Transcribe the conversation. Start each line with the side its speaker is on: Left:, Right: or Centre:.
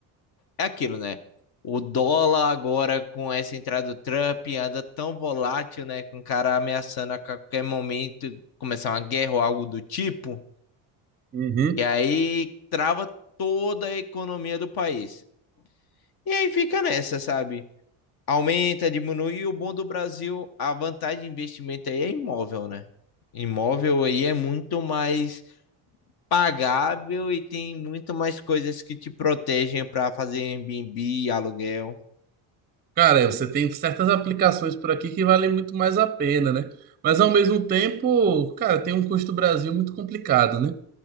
Left: é aquilo, né? O dólar agora com essa entrada do Trump anda tão volátil, né? Com o cara ameaçando a qualquer momento começar uma guerra ou algo do tipo,
Right: Uhum.
Left: e aí trava toda a economia do país. E aí fica nessa, sabe? Aumenta, diminui. E o bom do Brasil, a vantagem de investimento aí é imóvel, né? Imóvel aí é muito mais pagável e tem muito mais coisas que te protegem para fazer Airbnb, aluguel.
Right: Cara, você tem certas aplicações por aqui que valem muito mais a pena, né? Mas ao mesmo tempo, cara, tem um custo Brasil muito complicado, né?